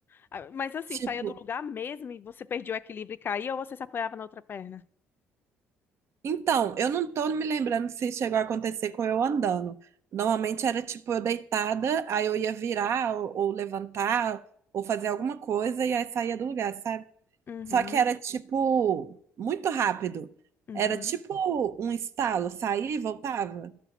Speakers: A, on the left (about 40°); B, on the right (about 60°).
A: Ah, Mas assim,
B: Tipo,
A: saía do lugar mesmo e você perdia o equilíbrio e caía ou você se apoiava na outra perna?
B: então, eu não tô me lembrando se chegou a acontecer com eu andando. Normalmente era tipo eu deitada, aí eu ia virar ou, ou levantar ou fazer alguma coisa e aí saía do lugar, sabe?
A: Uhum,
B: Só que era tipo muito rápido.
A: uhum.
B: Era tipo um estalo, saía e voltava.